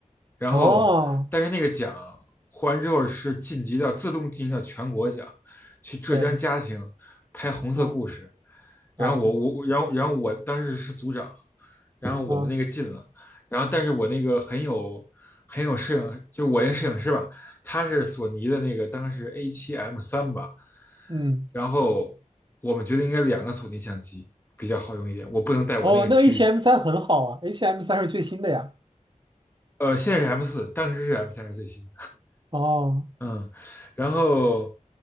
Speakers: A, on the left; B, on the right.
A: 然后但是那个奖获完之后是晋级到自动晋级到全国奖，
B: 哦，
A: 去浙江嘉兴拍《红色故事》，
B: 对，嗯
A: 然后我我我然后然后我当时是组长，
B: 啊
A: 然后我们那个进了，
B: 啊
A: 然后但是我那个很有很有摄影，就我那摄影师吧，它是索尼的那个当时 A 七 M 三吧，
B: 嗯，
A: 然后我们觉得应该两个索尼相机比较好用一点，我不能带我那个去，
B: 哦，那 H M 三很好啊，H M 三是最新的呀。
A: 呃，现在是 M 四，当时是 M 三是最新
B: 哦，
A: 嗯，然后，